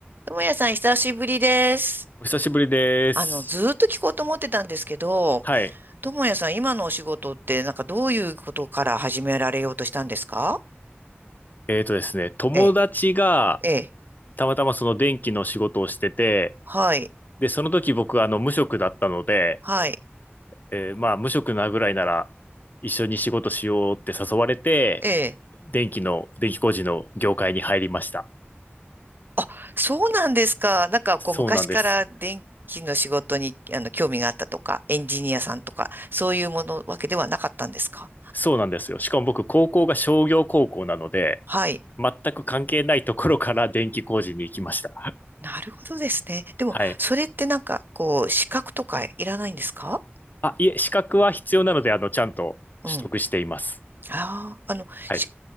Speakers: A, on the right (about 50°); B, on the left (about 45°).
A: ともやさん、久しぶりです。
B: お久しぶりです。
A: あの、ずーっと聞こうと思ってたんですけど、
B: はい。
A: ともやさん、今のお仕事って、なんかどういうことから始められようとしたんですか
B: えーとですね、友達が
A: ええ、ええ、
B: たまたまその電気の仕事をしてて、
A: はい、
B: で、その時僕はあの無職だったので、
A: はい、
B: えーまあ無職なぐらいなら一緒に仕事しようって誘われて、
A: ええ。
B: 電気の、電気工事の業界に入りました。
A: あ、そうなんですか。なんか、
B: そうなんです。
A: こう、昔から電気の仕事に、あの、興味があったとか、エンジニアさんとか、そういうものわけではなかったんですか
B: そうなんですよ。しかも僕、高校が商業高校なので、
A: はい。
B: 全く関係ないところから電気工事に行きました。<laughs>
A: なるほどですね。でも、
B: はい。
A: それってなんか、こう、資格とかいらないんですか
B: あ、いえ、資格は必要なので、あの、ちゃんと取得しています。
A: うんああ、あの、
B: はい
A: 資